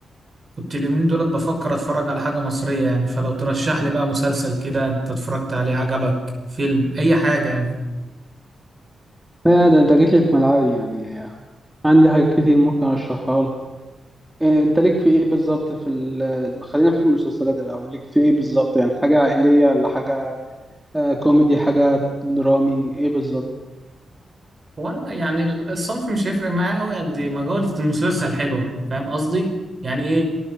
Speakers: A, on the right; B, in the centre.
A: كنت اليومين دولت بفكر اتفرج على حاجة مصرية يعني فلو ترشح لي بقى مسلسل كده انت اتفرجت عليه عجبك فيلم اي حاجة يعني
B: لا ده انت جيت لي في ملعبي يعني عندي حاجات كتير ممكن اشرحها لك إيه، انت ليك في ايه بالظبط في ال- خلينا في المسلسلات الاول ليك في ايه بالظبط يعني حاجه عائليه ولا حاجه آه، كوميدي حاجه درامي ايه بالظبط
A: هو أنا يعني الصنف مش هيفرق معايا قوي قد ما جودة المسلسل حلوة فاهم قصدي؟ يعني ايه